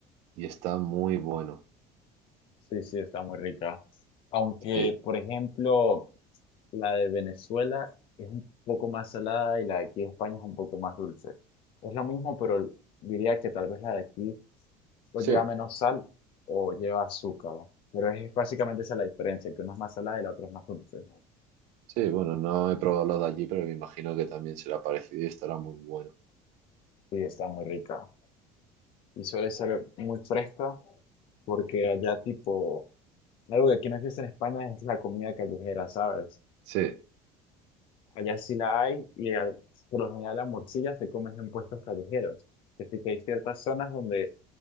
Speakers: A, on the right (about 60°); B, on the left (about 40°).
A: y está muy bueno.
B: Sí, sí, está muy rica. Aunque,
A: Sí,
B: por ejemplo, la de Venezuela es un poco más salada y la de aquí de España es un poco más dulce. Es lo mismo, pero diría que tal vez la de aquí o
A: sí,
B: lleva menos sal o lleva azúcar. Pero es básicamente esa la diferencia, que una es más salada y la otra es más dulce.
A: sí, bueno, no he probado lo de allí, pero me imagino que también será parecido y estará muy bueno.
B: Sí, está muy rica. Y suele ser muy fresca porque allá tipo, algo que aquí no existe en España es la comida callejera, ¿sabes?
A: Sí,
B: Allá sí la hay y a- por lo general la morcilla se come en puestos callejeros. Es decir, que hay ciertas zonas donde